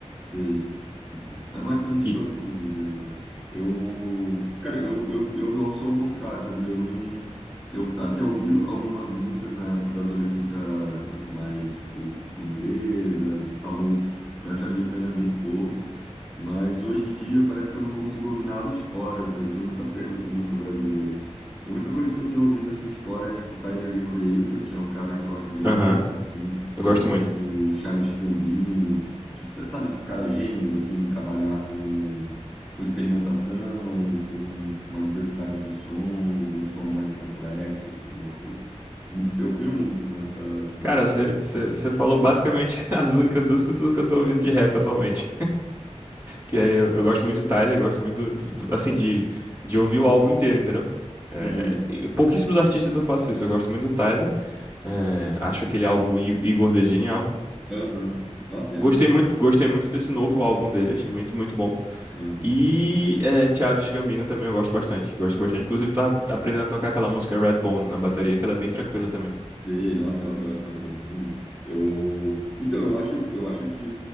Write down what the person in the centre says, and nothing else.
Sei. Hum. É uma excelente
banda, inclusive, André. Eu, cara, eu, eu, eu, eu sou o contrário, sabe? Eu não, eu, assim, eu ouvi algumas músicas na época da adolescência mais, tipo, inglesas, talvez norte-americana bem pouco, mas hoje em dia parece que eu não consigo ouvir nada de fora, eu tenho eu tenho muito apego com música brasileira. A única coisa que eu tenho ouvido, assim, de fora é, tipo, Tyler, The Creator, que é um cara que eu acho genial,
assim,
ou,
tipo, o Childish Gambino, que sa- sabe esses caras gênios assim, em trabalhar com com experimentação, com uma diversidade de sons, um som mais complexo assim. Eu eu, eu piro muito nessas nesse...
Sim.
Aham. Nossa, é
lindo.
Aham.
Sei, nossa, eu adoro essa música, é muito bonita. Eu, então, eu acho, eu acho que